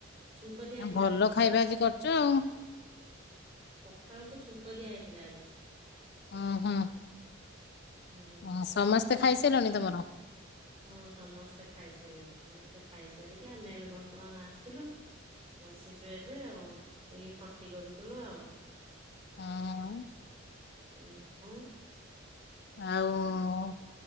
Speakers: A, on the right; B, on the left.
A: ଛୁଙ୍କ ଦିଆହେଇଥିଲା
B: ଏ ଭଲ
A: ପଖାଳ।
B: ଖାଇବା ଆଜି କରିଛ ଆଉ।
A: ପଖାଳକୁ ଛୁଙ୍କ ଦିଆ ହେଇଥିଲା ଆଜି।
B: ହଁ, ହଁ।
A: ହୁଁ
B: ହଁ, ସମସ୍ତେ ଖାଇସାରିଲଣି ତମର?
A: ହଁ, ସମସ୍ତେ ଖାଇସାରିଲେଣି। ସମସ୍ତେ ଖାଇସାରିକି, ଆମେ ଏବେ ବର୍ତ୍ତମାନ ଆସିଲୁ ବସିଛୁ ଏବେ ଆଉ, ଯାଇକି ଖଟି କରୁଥିଲୁ ଆଉ।
B: ହଁ, ହଁ, ହଁ।
A: <unintelligible>
B: ଆଉ-ଉ-ଉ,